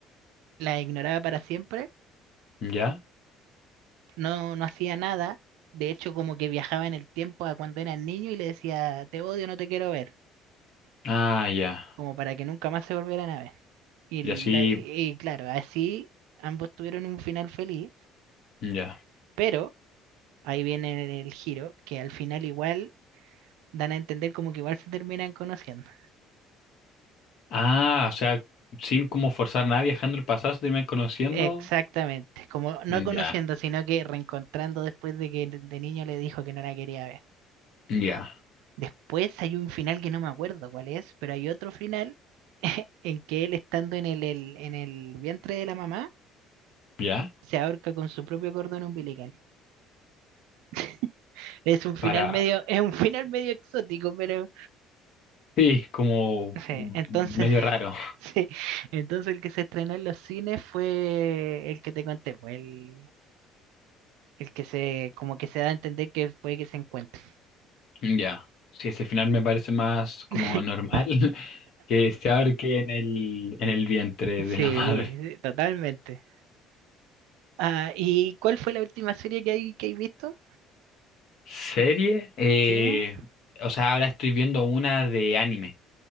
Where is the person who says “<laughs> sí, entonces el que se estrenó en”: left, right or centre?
Right